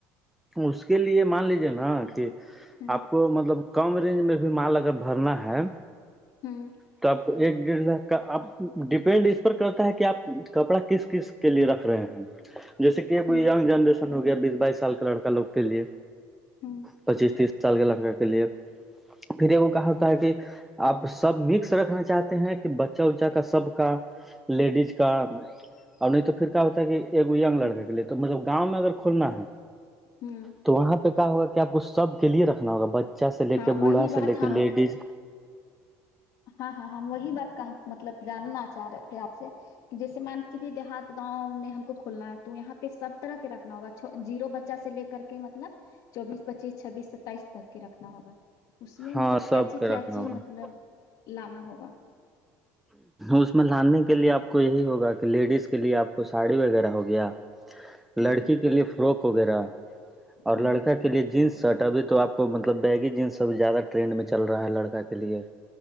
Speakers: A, in the centre; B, on the left (about 60°).
A: اس کے لیے مان لیجیے نا کہ
B: ہ
A: آپ کو مطلب کم رینج میں بھی مال اگر بھرنا ہے
B: ہوں
A: تو آپ کو ایک ڈیڑھ لاکھ کا آپ ڈیپینڈ اس پر کرتا ہے کہ آپ کپڑا کس کس کے لیے رکھ رہے ہیں جیسے کہ ایک
B: ہ
A: یینگ جنریشن ہو گیا بیس بائیس سال کا لڑکا لوگ کے لیے
B: ہ
A: پچیس تیس سال کے لڑکا کے لیے پھر ایک کہا ہوتا ہے کہ آپ سب مکس رکھنا چاہتے ہیں کہ بچہ اچا کا سب کا لیڈیز کا اور نہیں تو پھر کیا ہوتا ہے کہ اگو ینگ لڑکے کے لیے تو مطلب گاؤں اگر میں کھلنا ہے
B: ہم
A: تو وہاں پہ کیا ہوگا کہ آپ کو سب کے لیے رکھنا ہوگا بچہ سے لے
B: ہاں
A: کے
B: وہی
A: بوڑھا سے
B: بات
A: لے
B: ہم
A: کے لیڈیز
B: ہاں ہاں ہم وہی بات کہاں مطلب جاننا چاہ رہے تھے آپ سے جیسے مم کے لیے دیہات گاؤں میں ہم کو کھولنا ہے تو یہاں پہ سب طرح کے رکھنا ہوگا جیرو بچہ سے لے کے کر کے مطلب چوبیس پچیس چھبیس ستائیس تک کے رکھنا ہوگا اس میں
A: ہاں
B: مطلب کیاچی
A: سب کے
B: کیاچی
A: رکھنا ہوگا
B: مطلب لانا ہوگا
A: اس میں لاننے کے لیے آپ کو یہی ہوگا کہ لیڈیز کے لیے آپ کو ساڑی وغیرہ ہو گیا
B: ہوں
A: لڑکی کے لیے فروک وغیرہ اور
B: ہوں
A: لڑکا کے لیے جینس شرٹ ابھی تو آپ کو مطلب بیگی جینس ابھی زیادہ ٹرینڈ میں چل رہا ہے لڑکا کے لیے